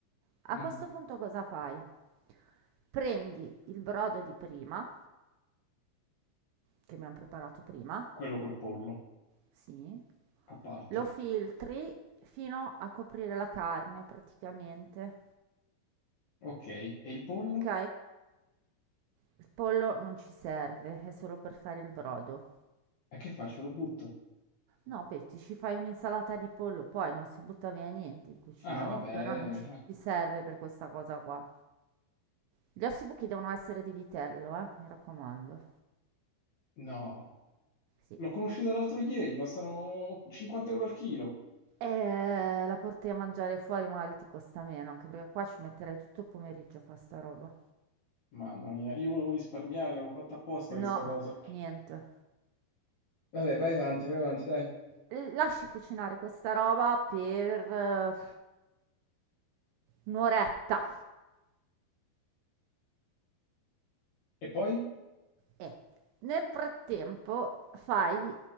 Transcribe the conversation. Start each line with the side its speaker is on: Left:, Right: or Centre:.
Right: A
Left: Mhm.
Right: questo punto cosa fai? Prendi il brodo di prima, che abbiamo preparato prima,
Left: Quello col pollo,
Right: sì,
Left: a parte.
Right: lo filtri fino a coprire la carne praticamente,
Left: Ok, e il pollo?
Right: ok? Il pollo non ci serve, è solo per fare il brodo.
Left: E che faccio? Lo butto?
Right: No, Betty, ci fai un'insalata di pollo, poi non si butta via niente in cucina,
Left: Ah, vabbè,
Right: però non ci
Left: eh,
Right: ci serve per questa cosa qua. Gli ossibuchi devono essere di vitello, eh, mi raccomando.
Left: no,
Right: Sì.
Left: l'ho conosciuta l'altro ieri, costano 50 euro al chilo.
Right: E la porti a mangiare fuori, magari ti costa meno, anche perché qua ci metterai tutto il pomeriggio a fare sta roba.
Left: Mamma mia, io volevo risparmiare, l'avevo fatta apposta questa
Right: No,
Left: cosa.
Right: niente.
Left: Vabbè, vai avanti, vai avanti, dai.
Right: E lasci cucinare questa roba per eh, un'oretta.
Left: E poi?
Right: E nel frattempo fai